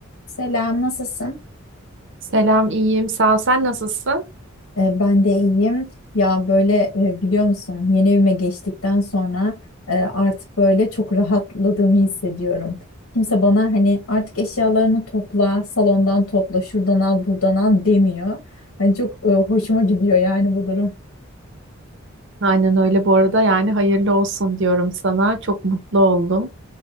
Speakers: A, on the left; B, on the right.
A: Selam, nasılsın?
B: Selam, iyiyim. Sağ ol. Sen nasılsın?
A: Ee, ben de iyiyim. Ya böyle e, biliyor musun yeni evime geçtikten sonra e, artık böyle çok rahatladığımı hissediyorum. Kimse bana hani artık eşyalarını topla, salondan topla, şuradan al, buradan al demiyor. Hani çok e, hoşuma gidiyor yani bu durum.
B: Aynen öyle bu arada. Yani hayırlı olsun diyorum sana. Çok mutlu oldum.